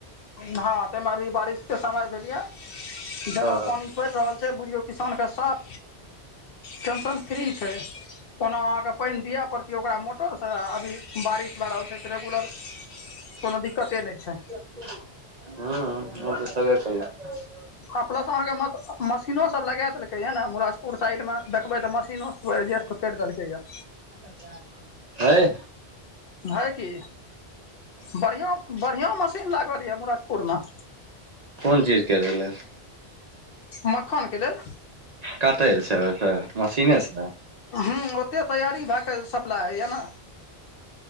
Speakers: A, on the left; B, on the right.
A: हँ ताहिमे अभी बारिश के समय भेल य जेना
B: हँ
A: पानि पड़ि रहल छै बुझियऔ किसानके साफ टेन्शन फ्री छै कोना अहाँके पानि दिअ पड़तिय ओकरा मोटर से अभी बारिश भए रहल छै तऽ रेगुलर कोनो दिक्कते नहि छै
B: हूँ उ तऽ छबे करय
A: ह प्लस अहाँके मश मशीनो सब लगा देलकै य ने मुराजपुर साइड मे देखबै त मशीनो सब एडजस्ट करि देलकैयै
B: <unintelligible> हय
A: हए की बढ़िआँ बढ़िआँ मशीन लागल यै मुराजपुरमे
B: कोन चीज करय लेल
A: मखानके लेल
B: काटे ल छै ओते मशीने सँ
A: ह ओते तैयारी भए कऽ सप्लाई होइए ने